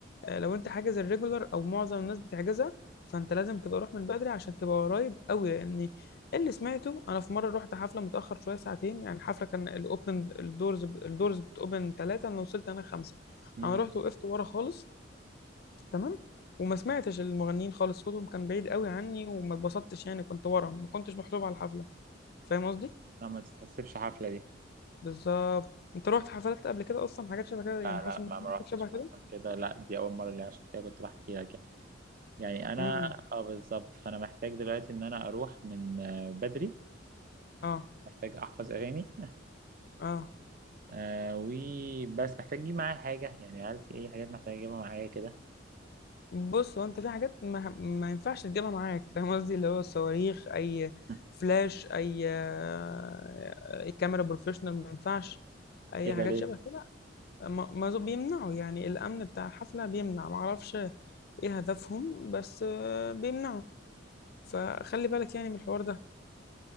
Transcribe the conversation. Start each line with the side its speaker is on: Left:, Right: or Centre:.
Left: آه لو انت حاجز الريجولر او معظم الناس بتحجزها فانت لازم تبقى روح من بدري عشان تبقى قريب قوي لان اللي سمعته انا في مره رحت حفله متاخر شويه ساعتين يعني الحفله كان الاوبن الدورز الدورز بتوبن ثلاثه انا وصلت انا خمسه
Right: امم
Left: انا رحت وقفت ورا خالص تمام وما سمعتش المغنيين خالص صوتهم كان بعيد قوي عني وما اتبسطتش يعني كنت ورا ما كنتش محسوب على الحفله فاهم قصدي
Right: لا ما تتحسبش حفله دي
Left: بالظبط انت رحت حفلات قبل كده اصلا حاجات شبه كده يعني
Right: لا لا
Left: حصل معاك
Right: ما ما
Left: موقف
Right: روحتش
Left: شبه
Right: بقى
Left: كده
Right: عشان كده لا دي اول مره اللي عشان كده كنت بحكي لك يعني يعني انا
Left: امم
Right: اه بالظبط فانا محتاج دلوقتي ان انا اروح من آه، بدري
Left: اه
Right: محتاج احفظ اغاني
Left: اه
Right: آه وبس محتاج اجيب معايا حاجه يعني هل في اي حاجات محتاج اجيبها معايا كده
Left: بص هو انت في حاجات ما, ما ينفعش تجيبها معاك <laughs> فاهم قصدي اللي هو الصواريخ اي
Right: <laughs>
Left: فلاش اي آه، أي كاميرا بروفيشنال ما ينفعش اي
Right: ايه ده
Left: حاجات
Right: ليه
Left: شبه كده ما ما- بيمنعوا يعني الامن بتاع الحفله بيمنع ما اعرفش ايه هدفهم بس آه، بيمنعوا فخلي بالك يعني من الحوار ده